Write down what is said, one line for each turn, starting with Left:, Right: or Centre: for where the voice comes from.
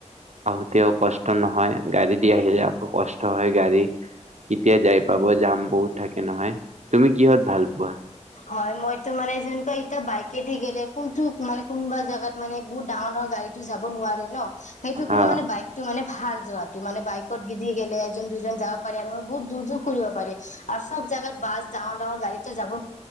Right: তেতিয়া কষ্ট নহয় গাড়ী দি আহিলে আকৌ কষ্ট হয় গাড়ী কেতিয়া যাই পাব যাম বহুত থাকে নহয় তুমি কিহত ভাল পোৱা
Left: হয় মইতো মানে যেনেকুৱা এতিয়া বাইকেদি গেলে কোনটো মান কোনবা জাগাত মানে বহুত ডাঙৰ ডাঙৰ গাড়ীতো যাব নোৱাৰে ন সেইটো খ
Right: অ',
Left: মানে বাইকটো মানে ভাল যোৱাটো মানে বাইকত গিদি গেলে এজন যাব পাৰ আৰু মই বুত দূৰ যো কৰিব পাৰে আৰু চব জাগাত বছ ডাঙৰ ডাঙৰ গাড়ীটো যাব ন